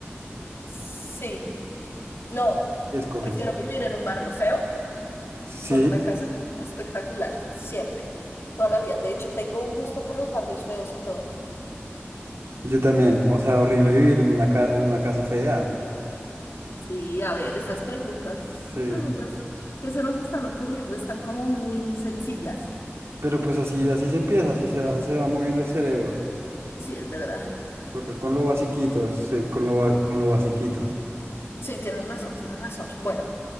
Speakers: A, on the left; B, on the right.
A: Sí. No,
B: ¿Qué escoges?
A: prefiero vivir en un barrio feo
B: Sí.
A: con una casa espectacular, siempre, toda la vida. De hecho, tengo un gusto por los barrios feos y todo.
B: Yo también, o sea, horrible vivir en una, ca- en una casa fea.
A: Sí, a ver, esas preguntas,
B: Sí.
A: preguntas que se nos están ocurriendo están como muy sencillas.
B: Pero pues así, así se empieza, así se va, se va moviendo el cerebro.
A: Sí, es verdad.
B: Toca con lo basiquito, se- con lo, ba- con lo basiquito.
A: Sí, tienes razón, tienes razón. Bueno,